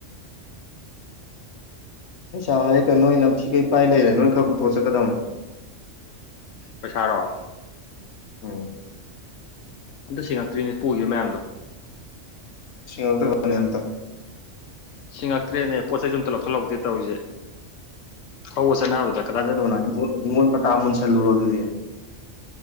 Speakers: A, on the left; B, on the left.
A: ꯄꯩꯁꯥ ꯍꯥꯏꯔꯦ ꯀꯩ ꯅꯣꯏ ꯅꯝꯊꯤꯒꯩ ꯄꯥꯏ ꯂꯩꯔꯦ ꯅꯣꯏ ꯈꯔ ꯄꯨꯊꯣꯛꯑꯒ ꯆꯠꯀꯗꯧꯅꯤ꯫
B: ꯄꯩꯁꯥꯔꯣ
A: ꯎꯝ
B: ꯑꯝꯇ ꯁꯦꯡꯉꯛꯇ꯭ꯔꯤꯅꯦ ꯄꯨꯒꯤꯕ ꯃꯌꯥꯝꯗꯣ꯫
A: ꯁꯤꯡꯉꯛꯇꯕꯅꯦ ꯑꯝꯇ
B: ꯁꯤꯉꯛꯇ꯭ꯔꯦꯅꯦ ꯄꯣꯠ ꯆꯩꯩꯁꯨ ꯑꯨꯝꯝꯇ ꯂꯧꯁꯜꯍꯧꯗꯦ ꯇꯧꯔꯤꯖꯦ ꯊꯧꯕ ꯆꯅꯕꯗ
A: <unintelligible> ꯃꯨꯟꯁꯜꯔꯨꯔꯣ ꯑꯗꯨꯗꯤ